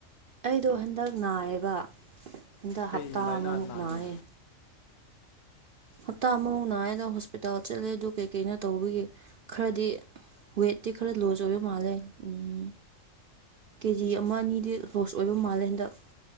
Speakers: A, on the right; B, on the left.
A: ꯑꯩꯗꯣ ꯍꯟꯗꯥꯛ ꯅꯥꯏꯌꯦꯕ ꯍꯟꯗꯥꯛ
B: ꯀꯩ
A: ꯍꯞꯇꯥ
B: ꯂꯥꯏꯅꯥ
A: ꯑꯃꯃꯨꯛ
B: ꯅꯥꯒꯦ
A: ꯅꯥꯏꯌꯦ ꯍꯞꯇꯥ ꯑꯃꯃꯨꯛ ꯅꯥꯏꯌꯦ ꯑꯗꯣ ꯍꯣꯁꯄꯤꯇꯥꯜ ꯆꯠꯂꯦ ꯑꯗꯨ ꯀꯩꯀꯩꯅꯣ ꯇꯧꯕꯒꯤ ꯈꯔꯗꯤ ꯋꯦꯠꯇꯤ ꯈꯔ ꯂꯣꯁ ꯑꯣꯏꯕ ꯃꯥꯜꯂꯦ ꯎꯝ ꯀꯦ ꯖꯤ ꯑꯃ ꯑꯅꯤꯗꯤ ꯂꯣꯁ ꯑꯣꯏꯕ ꯃꯥꯜꯂꯦ ꯍꯟꯗꯛ